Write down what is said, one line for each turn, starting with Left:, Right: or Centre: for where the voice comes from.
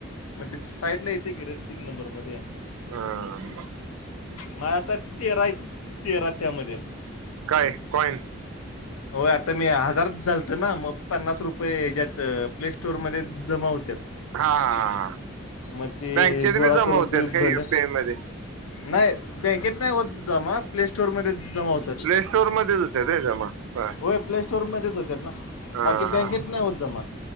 Left: मग ते साईडला येते कि रे तीन नंबरमध्ये.
Right: हा.
Left: मग आता तेरा आहित तेरा त्यामध्ये.
Right: काय कॉईन.
Left: होय आता मी हजारच झालतं ना मग पन्नास रुपये हेच्यात प्ले स्टोअरमध्ये जमा होत्यात.
Right: हा हा हा
Left: मग ते
Right: बँकेत
Left: गोळा
Right: बी जमा
Left: करून
Right: होत्यात
Left: तू
Right: काय
Left: भल
Right: युपीआय मध्ये
Left: नाही बँकेत नाही होत जमा प्ले-स्टोरमध्येच जमा होत
Right: प्ले स्टोर मध्येच होत्यात होय जमा. बर
Left: होय प्ले स्टोरमध्येच होत्यात ना
Right: हा
Left: बाकी बँकेत नाही होत जमा.